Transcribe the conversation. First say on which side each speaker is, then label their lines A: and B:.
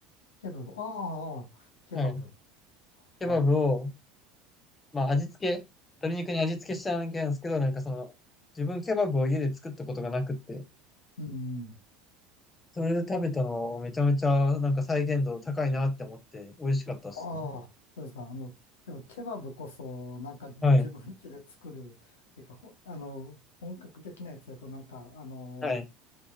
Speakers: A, on the left; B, on the left.
A: ケバブ。ああ、ああケバブ。
B: はい。ケバブを、
A: はい。
B: まあ味付け、鶏肉に味付けしたわけなんですけど、なんかその、自分ケバブを家で作ったことがなくって、
A: うん。
B: それで食べたのをめちゃめちゃなんか再現度高いなって思って、美味しかったですね。
A: ああ、そうですか。あの、でもケバブこそ、なんか自分家で作る、
B: はい。
A: っていうか、ほ、あの、本格的なやつだと、なんか、あの、
B: はい。い